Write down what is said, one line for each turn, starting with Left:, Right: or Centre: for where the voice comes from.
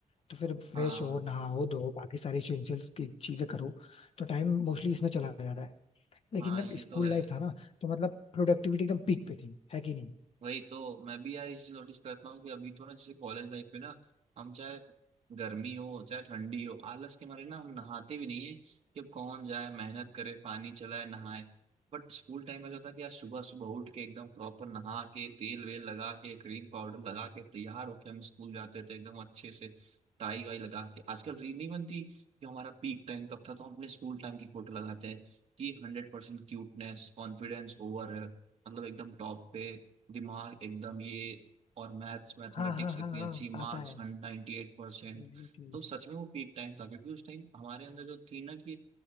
Left: तो फिर फ्रेश
Right: हाँ
Left: हो नहाओ धो बाकी सारी इसेंशियल्स की चीजें करो तो टाइम मोस्टली इसमें चला जाता है लेकिन
Right: हाँ
Left: जब
Right: ये
Left: स्कूल
Right: तो है
Left: लाइफ था ना तो मतलब प्रोडक्टिविटी एकदम पीक पे थी है कि नहीं
Right: वही तो मैं भी यार ये चीज नोटिस करता हूँ कि अभी तो ना जैसे कॉलेज लाइफ पे ना हम चाहे गर्मी हो चाहे ठंडी हो आलस के मारे ना हम नहाते भी नहीं है कि अब कौन जाए मेहनत करे पानी चलाए नहाए बट स्कूल टाइम में ऐसा था कि यार सुबह सुबह उठ के एकदम प्रॉपर नहा के तेल वेल लगा के क्रीम पाउडर लगा के तैयार होके हम स्कूल जाते थे एकदम अच्छे से टाई वाई लगा के आजकल रील नहीं बनती कि हमारा पीक टाइम कब था तो हम अपने स्कूल टाइम की फोटो लगाते हैं कि हंड्रेड परसेंट क्यूटनेस कॉन्फिडेंस ओवर है मतलब एकदम टॉप पे दिमाग एकदम ये और मैथ्स मैथमेटिक्स
Left: हाँ हाँ
Right: इतनी
Left: हाँ हाँ
Right: अच्छी मार्क्स
Left: आता है
Right: 98%
Left: एग्जैक्टली
Right: तो सच में वो पीक टाइम था क्योंकि उस टाइम हमारे अंदर जो थी ना कि